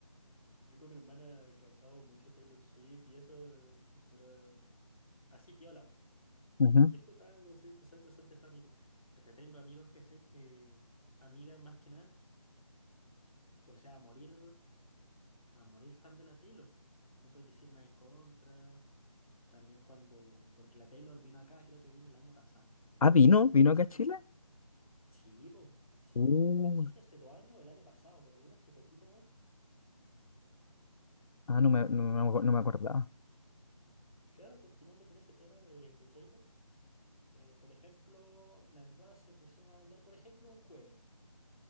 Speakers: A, in the centre; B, on the left (about 80°).
A: yo con mi hermana cantaba mucho Taylor Swift y eso, y- pero así piola,
B: Ujú.
A: disfrutando, sí, cosas, cosas de familia. Pero tengo amigos, ¿cachai? Que, amigas más que nada, que o sea, a morir, a morir fan de la Taylor. No puedes decir nada en contra. También cuando, porque la Taylor vino acá, creo que vino el año pasado.
B: Ah, vino,
A: Y
B: vino
A: la cosa
B: acá a
A: es
B: Chile.
A: que, sí, pues, sí,
B: Uh,
A: pues, no sé si hace dos años o el año pasado, pero vino hace poquito nomás.
B: ah,
A: Y
B: no me, no, no
A: bueno,
B: me acu- no me acordaba.
A: claro, continuando con ese tema de, de Taylor, eh, por ejemplo, las entradas se pusieron a vender, por ejemplo, un jueves.